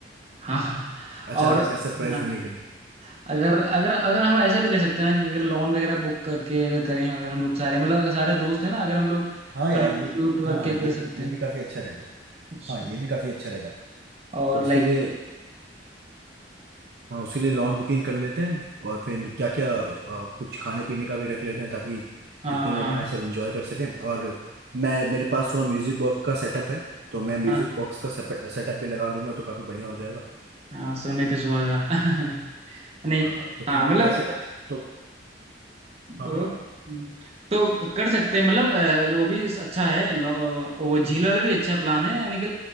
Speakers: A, on the right; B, on the right.
A: हाँ
B: अचानक
A: और
B: से सरप्राइज
A: हाँ।
B: देने के लिए
A: अगर अगर अगर हम ऐसा भी कर सकते हैं ना कि अगर लोन वगैरह बुक करके अगर करें अगर हम लोग सारे मतलब सारे दोस्त हैं ना अगर हम लोग
B: हाँ
A: कंट्रीब्यूट
B: यार ये
A: करके
B: हाँ हाँ ये
A: कर सकते
B: ये
A: हैं
B: भी काफी अच्छा रहेगा
A: अच्छा
B: हाँ ये भी काफी अच्छा रहेगा
A: और
B: तो उसके
A: लाइक
B: लिए हाँ उसके लिए लॉन बुकिंग कर लेते हैं और फिर क्या क्या कुछ खाने पीने का भी रख लेते हैं ताकि
A: हाँ
B: जितने लोग
A: हाँ
B: आए सब एंजॉय कर सकें और मैं मेरे पास थोड़ा म्यूजिक बॉक्स का सेटअप है तो मैं म्यूजिक
A: हाँ
B: बॉक्स का सेटअप भी लगा लूंगा तो काफी बढ़िया हो जाएगा
A: हाँ सोने पे सुहागा <laughs> नहीं
B: हाँ तो फिर
A: हाँ मतलब
B: कैसे तो हाँ
A: बोलो
B: हाँ
A: हम्म। तो क- कर सकते हैं मतलब अ, वो भी इस- अच्छा है लो- अ, वो झील वाला भी अच्छा प्लान है यानी कि